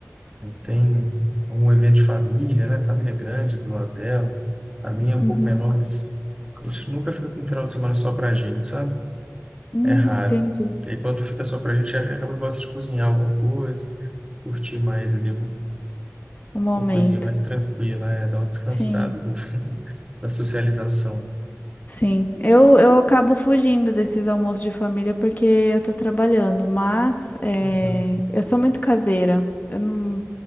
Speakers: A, on the right; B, on the left.
A: tem um evento de família, né? Família grande do Abel. A minha é um
B: Uhum.
A: pouco menor, mas a gente nunca fica com um final de semana só pra gente, sabe?
B: Hum,
A: É raro.
B: entendi.
A: E aí quando fica só pra gente, a gente gosta de cozinhar alguma coisa, curtir mais ali uma,
B: O momento.
A: uma coisinha mais tranquila, é, dar uma descansada
B: Sim.
A: do, <laughs> da socialização.
B: Sim, eu, eu acabo fugindo desses almoços de família porque eu tô trabalhando, mas eh,
A: Uhum,
B: eu sou muito caseira. Eu não,